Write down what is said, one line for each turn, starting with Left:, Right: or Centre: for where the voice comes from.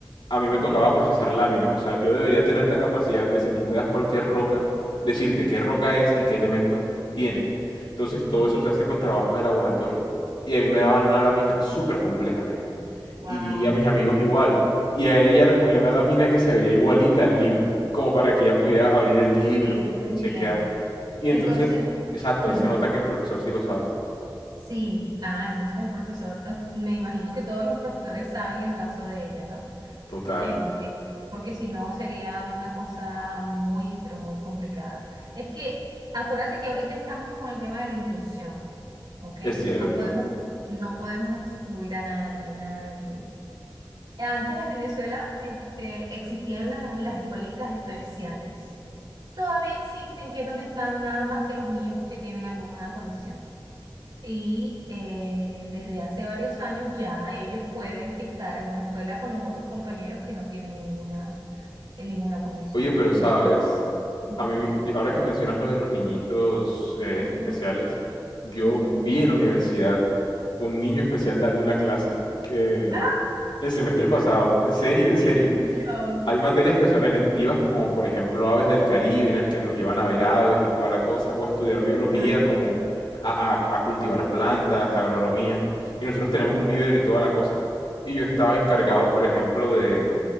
Left: a mí me
Right: Ok.
Left: tocaba procesar láminas. O sea, yo debería tener la capacidad de, si tú me das cualquier roca, decirte qué
Right: ujú,
Left: roca es y qué elementos tiene. Entonces todo
Right: Ok.
Left: eso se hace con trabajos de laboratorio y a mí me daban una lámina súper compleja, Mary.
Right: Wow.
Left: Y a mis amigos igual. Y a ella le ponían la lámina que se veía igualita al libro, como para que ella pudiera abrir el libro
Right: Sí, te
Left: y
Right: entiendo.
Left: chequear. Y
Right: Entonces,
Left: entonces, exacto,
Right: ujú.
Left: ahí se nota que el profesor sí lo sabe.
Right: Sí, ah, entonces el profesor, ah, me imagino que todos los profesores saben el caso de ella, ¿no?
Left: Total,
Right: Este, porque si no sería una cosa muy, pero muy complicada. Es que acuérdate que ahorita estamos con el tema de la inclusión, ¿ok?
Left: es cierto.
Right: No podemos, no podemos excluir a nadie, a nadie. Antes en Venezuela, este, existían las, las escuelitas especiales. Todavía existen, que es donde están nada más que los niños que tienen alguna condición. Y eh, desde hace varios años ya ellos pueden estar en una escuela con los otros compañeros que no tienen ninguna, en ninguna condición.
Left: Oye, pero
Right: Yo
Left: sabes,
Right: tengo... <laughs>
Left: a mí, yo- ahora que mencionas lo de los niñitos eh,
Right: Ajá,
Left: especiales, yo
Right: ujú.
Left: vi en la universidad un niño especial dando una clase eh,
Right: ¡Ah,
Left: el semestre
Right: qué
Left: pasado,
Right: maravilla!
Left: en serio, en
Right: ¿En
Left: serio.
Right: serio?
Left: Hay materias que son electivas, como por ejemplo Aves del Caribe, en el que nos llevan a ver aves y toda la cosa, o a estudiar biología,
Right: Ajá,
Left: como a, a- a cultivar plantas, agronomía. Y nosotros tenemos
Right: ujú.
Left: un vivero y toda la cosa. Y yo estaba encargado,
Right: <laughs> Oh,
Left: por ejemplo, de,